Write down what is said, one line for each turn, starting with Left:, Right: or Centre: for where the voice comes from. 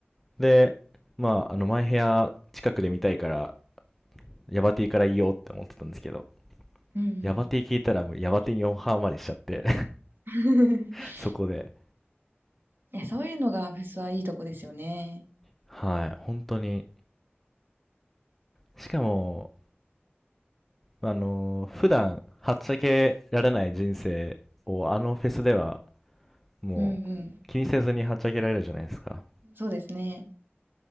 Centre: で、まあ、あの、マイヘア近くで見たいから、ヤバ T からいいよって思ってたんですけど、
Right: うん
Centre: ヤバ T 聞いたらもうヤバ T にオンハーまでしちゃって
Right: うん。
Centre: <laughs>、
Right: <laughs>
Centre: そこで。
Right: いや、そういうのがフェスはいいとこですよね。
Centre: はい、本当に。しかも、あのー普段、はっちゃけられない人生を、あのフェスでは、もう、
Right: うんうん。
Centre: 気にせずにはっちゃけられるじゃないですか。
Right: そうですね。